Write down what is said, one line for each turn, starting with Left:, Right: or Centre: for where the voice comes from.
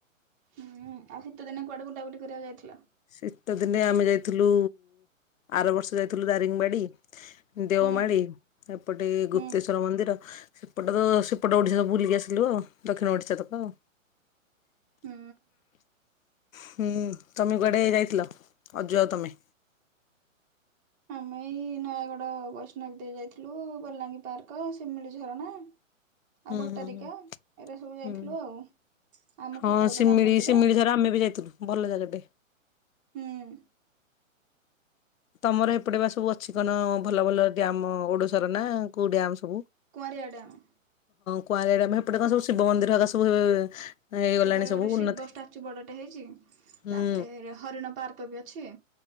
Right: ହୁଁ ଆଉ ଶୀତ ଦିନେ କୁଆଡେ ବୁଲାବୁଲି କରିବାକୁ ଯାଇଥିଲା।
Left: ଶୀତ ଦିନେ ଆମେ ଯାଇଥିଲୁ ଆର ବର୍ଷ ଯାଇଥିଲୁ ଦାରିଙ୍ଗବାଡି। ଦେଓମାଳି
Right: ହୁଁ
Left: ଏପଟେ
Right: ହୁଁ
Left: ଗୁପ୍ତେଶ୍ଵର ମନ୍ଦିର ସେପଟ ତ ସେପଟ ଓଡ଼ିଶା ସବୁ ବୁଲିକି ଆସିଲୁ ଆଉ ଦକ୍ଷିଣ ଓଡ଼ିଶା ତକ ଆଉ
Right: ହୁଁ।
Left: ହୁଁ ତମେ କୁଆଡେ ହେଇ ଯାଇଥିଲ ଆଜୁ ଆଉ ତମେ।
Right: ଆମେ ଏଇ ନୟାଗଡ ବୈଷ୍ଣବ ଦେଇ ଯାଇଥିଲୁ। ବଲାଙ୍ଗୀ ପାର୍କ ଶିମିଳି ଝରଣା ଆଉ
Left: ହୁଁ
Right: ଭଟାରିକା
Left: ହୁଁ ହୁଁ।
Right: ଏରାା ସବୁ ଯାଇଥିଲୁ
Left: ହୁଁ
Right: ଆଉ। ଆମ
Left: ହଁ
Right: ଫତେଗୋଡ
Left: ଶିମିଳି
Right: ରାମ ମନ୍ଦିର
Left: ଶିମିଳି ର ଆମେ ବି ଯାଇଥିଲୁ ଭଲ ଜାଗା ଟେ
Right: ହୁଁ।
Left: ତମର ଏପଟେ ବା ସବୁ ଅଛି କଣ ଭଲ ଭଲ ଡ୍ୟାମ ଓଡିଶାର ନା କୋଉ ଡ୍ୟାମ ସବୁ
Right: କୁମାରଆଡ ଆମ।
Left: କୁଆଳିଡା ସେପଟେ କଣ ସବୁ ଶିବ ମନ୍ଦିର ଏକା ସବୁ ହେଇଗଲାଣି
Right: ଏବେ ଗୋଟେ
Left: ସବୁ
Right: ଶିବ
Left: ଉନ୍ନତି
Right: ଷ୍ଟାଚୁ ବଡଟେ ହେଇଛି।
Left: ହୁଁ
Right: ତାପରେ ହରିଣ ପାର୍କ ବି ଅଛି।